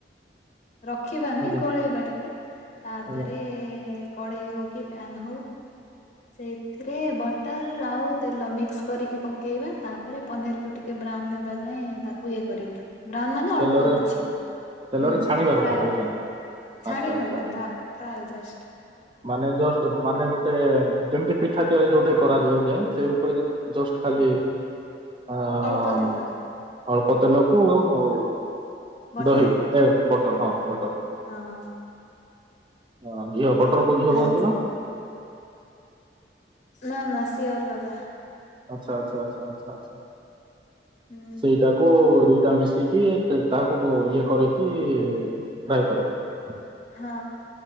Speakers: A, on the left (about 40°); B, on the right (about 25°).
A: ରଖିବାନି
B: ଆଜ୍ଞା
A: ଗୋଳେଇବା ଟିକେ ତାପରେ
B: ଆଜ୍ଞା
A: କଢେଇ ହଉ କି ପ୍ୟାନ ହଉ ସେଇଥିରେ ବଟର ଆଉ ତେଲ ମିକ୍ସ କରିକି ପକେଇବା ତାପରେ ପନିର ତ ଟିକେ ବ୍ରାଉନ ହେବା ଯାଏଁ ତାକୁ ଇଏ କରିବା। ବ୍ରାଉନ ମାନେ ଅଳ୍ପ
B: ତେଲରେ
A: କିଛି
B: ତେଲରେ
A: ହୁଁ
B: ଛାଣିବା
A: ଫ୍ରାଏ
B: କଥା କହୁଛନ୍ତି।
A: ଛାଣିବାନି।
B: ଆଚ୍ଛା ଆଚ୍ଛା ଆଚ୍ଛା
A: ଫ୍ରାଏ ଜସ୍
B: ମାନେ ଜଷ୍ଟ ମାନେ ଗୋଟେ। ଯେମିତି ପିଠା ତିଆରି ଯୋଉଟି କରାଦାଏ ଯାଏ ସେ ଉପରେ ଜଷ୍ଟ ଖାଲି। ଆମ
A: ଅଳ୍ପ ତେଲ
B: ଅଳ୍ପ ତେଲକୁ ଆଉ ଆଉ
A: ବଟର
B: ଦହି। ଏ ବଟର ହଁ ବଟର।
A: ହଁ।
B: ଅଁ ଘିଅ ବଟର କୁ ଘିଅ
A: ଭାଜି
B: କୁହନ୍ତି ବା।
A: ନା ନା ସିଏ ଅଲଗା।
B: ଆଚ୍ଛା ଆଚ୍ଛା ଆଛା ଆଛା ଆଛା
A: ହୁଁ
B: ସେଇଟା। କୋ ଦିଟା ମିଶେଇକି ତାହାକୁ ଇଏ କରକି ଫ୍ରାଏ କରାଯାଏ।
A: ହଁ